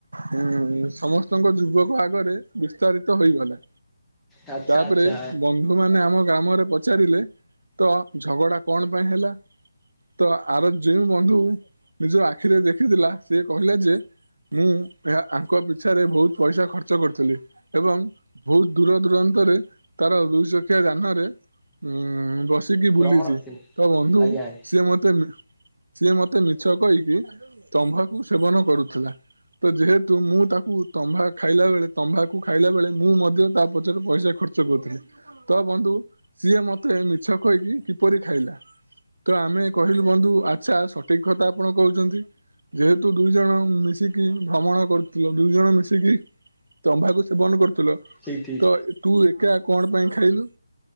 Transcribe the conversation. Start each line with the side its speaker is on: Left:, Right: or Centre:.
Right: ହୁଁ ସମସ୍ତଙ୍କ ଯୁବକ ଆଗରେ ବିସ୍ତାରିତ ହେଇଗଲା,
Centre: ଆଚ୍ଛା
Right: ତାପରେ
Centre: ଆଚ୍ଛା
Right: ବନ୍ଧୁ ମାନେ ଆମ ଗ୍ରାମରେ ପଚାରିଲେ, ତ ଝଗଡ଼ା କଣ ପାଇଁ ହେଲା, ତ ଆର ଯେଉ ବନ୍ଧୁ ନିଜ ଆଖିରେ ଦେଖିଥିଲା ସେ କହିଲା ଯେ, ମୁଁ ଏହା ଆଙ୍କ ପିଛାରେ ବହୁତ୍ ପଇସା ଖର୍ଚ୍ଚ କରୁଥିଲି ଏବଂ, ବହୁତ୍ ଦୂର ଦୂରାନ୍ତରେ ତାର ଦୁଇଚଖିଆ ଯାନରେ, ଉଁ ବସିକି ବୁଲିଛି
Centre: ଭ୍ରମଣ କରିଥିଲେ
Right: ତ ବନ୍ଧୁ
Centre: ଆଜ୍ଞା ଆଜ୍ଞା
Right: ସିଏ ମତେ ବି, ସିଏ ମତେ ମିଛ କହିକି ତମ୍ଭାକୁ ସେବନ କରୁଥିଲା, ତ ଯେହେତୁ ମୁଁ ତାକୁ ତମ୍ବା ଖାଇଲା ବେଳେ ତମ୍ଭାକୁ ଖାଇଲା ବଳେ ମୁଁ ମଧ୍ୟ ତା ପଛରେ ପଇସା ଖର୍ଚ୍ଚ୍ ତ କରୁଥିଲି ତ ବନ୍ଧୁ ସିଏ ମତେ ମିଛ କହିକି କିପରି ଖାଇଲା, ତ ଆମେ କହିଲୁ ବନ୍ଧୁ ଆଚ୍ଛା ସଠିକ୍ କଥା ଆପଣ କହୁଛନ୍ତି, ଯେହେତୁ ଦୁଇ ଜଣ ମିଶିକି ଭ୍ରମଣ କରିଥିଲ ଦୁଇ ଜଣ ମିଶିକି, ତମ୍ଭାକୁ ସେବନ କରୁଥିଲ,
Centre: ଠିକ୍ ଠିକ୍,
Right: ତ ତୁ ଏକା କଣ ପାଇଁ ଖାଇଲୁ?